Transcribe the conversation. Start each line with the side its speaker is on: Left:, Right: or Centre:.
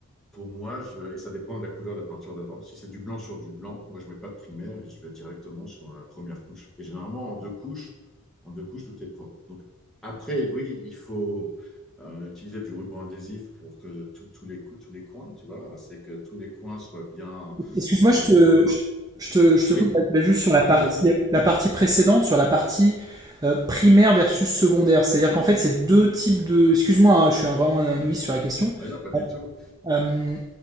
Centre: pour moi, je- et ça dépend de la couleur de la peinture d'avant. Si c'est du blanc sur du blanc, moi, je ne mets pas de primaire et je vais directement sur la première couche. Et généralement, en deux couches, en deux couches, tout est propre. Donc, après, oui, il faut euh, utiliser du ruban adhésif pour que tout- tous les coups, tous les coins, tu vois, c'est que tous les coins soient bien,
Right: Excuse-moi,
Centre: soient
Right: je te,
Centre: bien.
Right: je, je te, je te
Centre: Oui,
Right: coupe, mais juste sur la partie,
Centre: oui, vas-y.
Right: la partie précédente, sur la partie euh, primaire versus secondaire. C'est-à-dire qu'en fait, c'est deux types de... Excuse-moi, hein, je suis un- vraiment un novice sur la question.
Centre: Ouais, non, pas du
Right: Bon,
Centre: tout.
Right: Euh,